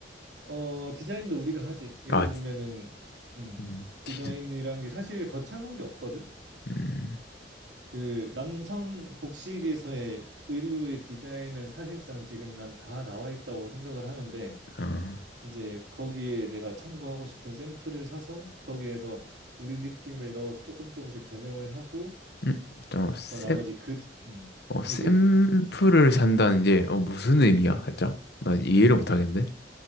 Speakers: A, on the right; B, on the left.
A: 어, 디자인도 우리가 하지. 예를
B: 아,
A: 들면은
B: 디,
A: 음.
B: 음,
A: 디자인이라는
B: 디-
A: 게 사실 거창한 게 없거든.
B: 음,
A: 그 남성 복식에서의 의류의 디자인은 사실상 지금 난 다 나와 있다고 생각을 하는데
B: 아,
A: 이제 거기에 내가 참고하고 싶은 샘플을 사서 거기에서 우리 느낌을 넣어서 조금 조금씩 변형을 하고
B: 음, 좀 샘,
A: 어, 나머지 그 음,
B: 어, 샘플을
A: 얘기해줘. 어.
B: 산다는 게 어, 무슨 의미야?
A: 음.
B: 살짝? 나 이해를 못하겠는데?